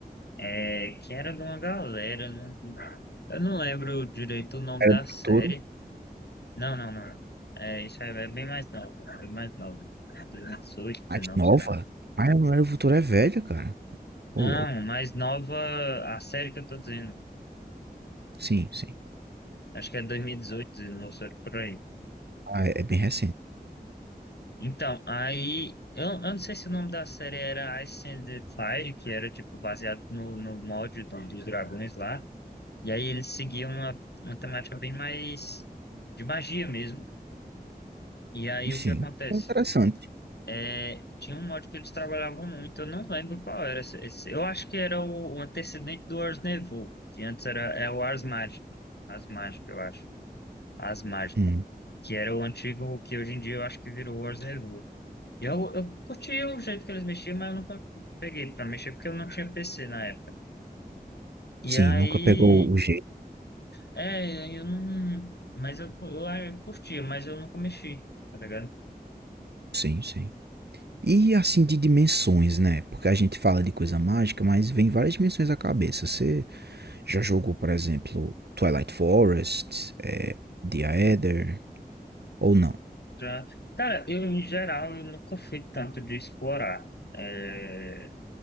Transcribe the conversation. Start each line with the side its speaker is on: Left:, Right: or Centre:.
Left: é, que era de uma galera, né? Eu não lembro direito o nome
Right: Era
Left: da
Right: do
Left: série.
Right: futuro?
Left: Não, não, não. É, isso aí é bem mais novo, bem mais novo. 2018, 19,
Right: Mais nova? Ah, o Diário do Futuro é velha, cara. Ô,
Left: Não,
Right: louco.
Left: mais nova, a série que eu tô dizendo.
Right: Sim, sim.
Left: Acho que é 2018, 19, série por aí.
Right: Ah, é é bem recente.
Left: Então, aí, eu, eu não sei se o nome da série era Ice and the Fire, que era, tipo, baseado no, no mod do- dos dragões lá. E aí eles seguiam uma, uma temática bem mais de magia mesmo. E aí
Right: E sim,
Left: o que acontece?
Right: é interessante.
Left: É, tinha um mod que eles trabalhavam muito, eu não lembro qual era. esse- esse- eu acho que era o, o antecedente do Ars Nevo, que antes era, é o Ars Magic. Ars Magic, eu acho. As Mágicas,
Right: Hum.
Left: que era o antigo, que hoje em dia eu acho que virou o Orzeru. E Eu, eu curti o jeito que eles mexiam, mas eu nunca peguei pra mexer, porque eu não tinha PC na época. E
Right: Sim,
Left: aí,
Right: nunca pegou o jeito.
Left: é, eu não. Mas eu, eu, ah, eu curtia, mas eu nunca mexi, tá ligado?
Right: Sim, sim. E assim, de dimensões, né? Porque a gente fala de coisa mágica, mas vem várias dimensões à cabeça. Você já jogou, por exemplo, Twilight Forest, é, The Aether, ou não?
Left: Já, cara, eu, em geral, eu nunca fui tanto de explorar. é,